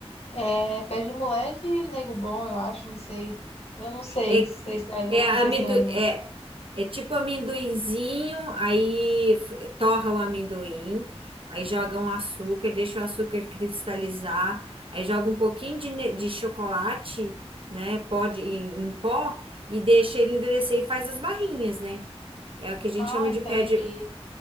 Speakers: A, on the left; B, on the right.
A: É, pé de moleque, nego bom, eu acho, não sei. Eu não sei,
B: É,
A: sei se daí, não,
B: é,
A: não
B: amendo,
A: sei se eu
B: é,
A: não.
B: é tipo amendoinzinho, aí f- torra o amendoim, aí joga um açúcar, deixa o açúcar cristalizar, aí joga um pouquinho de, ne- de chocolate, né? Pó de- em, em pó, e deixa ele endurecer e faz as barrinhas, né? É o que a gente
A: Ah,
B: chama de
A: entendi.
B: pé de.